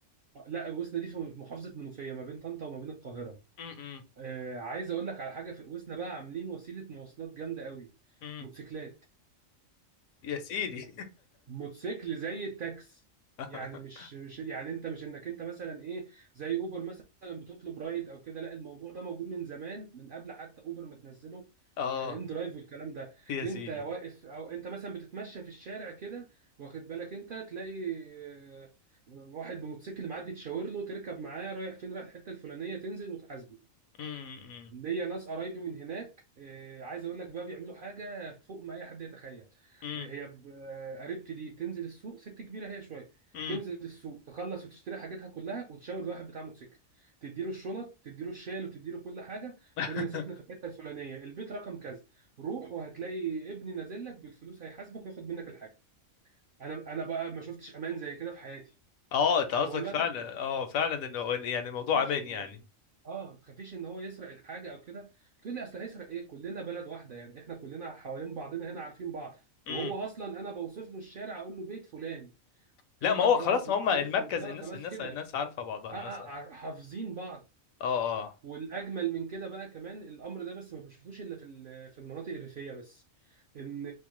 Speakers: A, on the right (about 55°); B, on the left (about 80°).
A: لا اوسنا دي في محافظه منوفيه ما بين طنطا وما بين القاهره
B: امم
A: آه عايز اقول لك على حاجه في اوسنا بقى عاملين وسيله مواصلات جامده قوي
B: امم
A: موتوسيكلات
B: يا سيدي
A: موتوسيكل زي التاكس
B: <laughs>
A: يعني مش مش يعني انت مش انك انت مثلا ايه زي اوبر مثلا بتطلب رايد او كده لا الموضوع ده موجود من زمان من قبل حتى اوبر ما تنزله
B: اه
A: وان درايف والكلام ده
B: يا
A: انت
B: سيدي
A: واقف او انت مثلا بتتمشى في الشارع كده واخد بالك انت تلاقي آه، واحد بموتوسيكل معدي تشاور له تركب معاه رايح فين رايح الحته الفلانيه تنزل وتحاسبه
B: امم
A: ليا ناس قرايبي من هناك آه، عايز اقول لك بقى بيعملوا حاجه فوق ما اي حد يتخيل
B: امم
A: آه، هي ب- آه، قريبتي دي تنزل السوق ست كبيره هي شويه
B: امم
A: تنزل السوق تخلص وتشتري حاجاتها كلها وتشاور الواحد بتاع موتوسيكل تديله الشنط تديله الشال وتديله كل حاجه
B: <laughs>
A: تقول له انا ساكنه في الحته الفلانيه البيت رقم كذا روح وهتلاقي ابني نازل لك بالفلوس هيحاسبك وياخد منك الحاجه انا انا بقى ما شفتش امان زي كده في حياتي
B: اه انت
A: فبقول
B: قصدك
A: لها
B: فعلا
A: طب
B: اه فعلا إنه- يعني الموضوع
A: مفيش
B: امان يعني
A: اه ما تخافيش ان هو يسرق الحاجه او كده تقول لي اصل هيسرق ايه كلنا بلد واحده يعني احنا كلنا حوالين بعضنا هنا عارفين بعض
B: امم
A: وهو اصلا انا بوصف له الشارع اقول له بيت فلان
B: لا
A: انت
B: ما هو
A: خلاص
B: خلاص
A: معروف
B: هم المركز
A: في المنطقه
B: الناس
A: خلاص
B: الناس
A: كده
B: الناس عارفه بعضها
A: اه اه
B: الناس عارفة.
A: عار- حافظين بعض
B: اه اه
A: والاجمل من كده بقى كمان الامر ده بس ما بشوفوش الا في ال- في المناطق الريفيه بس ان